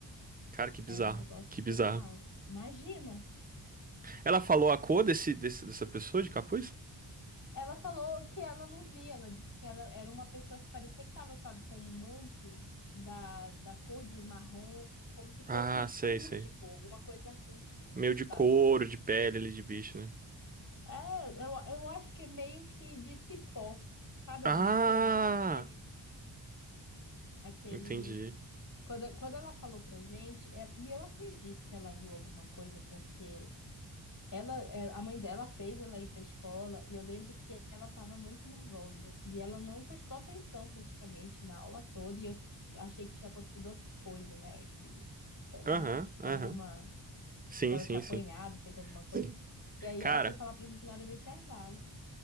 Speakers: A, on the right (about 20°); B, on the left (about 40°).
A: Cara, que bizarro.
B: É um negócio
A: Que bizarro.
B: surreal. Imagina!
A: Ela falou a cor desse, desse- dessa pessoa de capuz?
B: Ela falou que ela não via, ela disse que ela era uma pessoa que parecia que estava, sabe, com um manto da, da cor de marrom, como se
A: Ah,
B: fosse
A: sei,
B: rústico,
A: sei.
B: alguma coisa rústica,
A: Meio de couro,
B: sabe?
A: de pele ali de bicho, né?
B: É, eu, eu acho que é meio que de cipó, sabe
A: Ah,
B: alguma coisa? Sabe aqueles, aqueles...
A: entendi.
B: Quando, quando ela falou pra gente, é- e eu acredito que ela viu alguma coisa, porque Ela, é, a mãe dela fez ela ir para a escola e eu lembro que ela estava muito nervosa e ela não prestou atenção praticamente na aula toda e eu achei que tinha acontecido outra coisa, né? Que, sei lá,
A: Aham, aham.
B: alguma
A: Sim,
B: que ela
A: sim,
B: tinha apanhado,
A: sim.
B: feito alguma coisa.
A: Sim.
B: E aí
A: Cara.
B: ela foi falar pra gente na hora do intervalo.